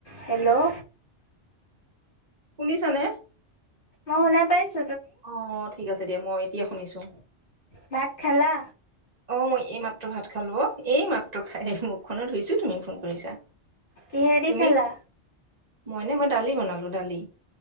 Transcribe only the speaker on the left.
Hello
অঁ শুনা পাইছো
ভাত খালা
কিহেদি
খালা